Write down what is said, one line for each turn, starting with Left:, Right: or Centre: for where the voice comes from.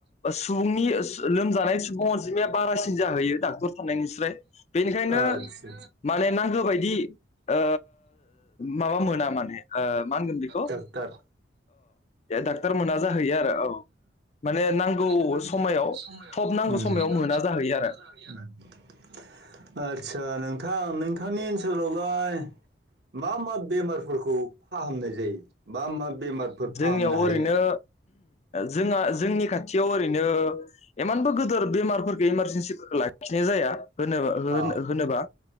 Left: सुबुंनि लोमजानाय सुबुं अनजिमाया बारासिन जाहैयो डाक्टर थानायनायनिफ्राय। बेखायनो
Right: आदसा
Left: माने नांगौ बायदि ओ माबा मोना माने ओ मा होनगोन बेखौ
Right: डाक्टार
Left: डक्टर मोना जाहैयो आरो औ माने नांगौ
Right: माने नांगौ
Left: समायाव
Right: समायाव
Left: थब नांगौ समायाव
Right: नांगौ
Left: मोना
Right: समायाव
Left: जाहैयो
Right: मोना
Left: आरो
Right: जाहैयो आरो। आतसा नोंथां नोंथांनि ओनसोलावलाय मा मा बेमारफोरखौ फाहामनाय जायो? मा मा बेमारफोर फाहामनो
Left: जोंनियाव
Right: हायो
Left: ओरैनो जोंहा जोंनि खाथि याव ओरैनो इमानबो गिदोर बेमारफोर इमारजेेनसिफोरखौ लाखिनाय जाया। होनोबा
Right: अ
Left: होनोबा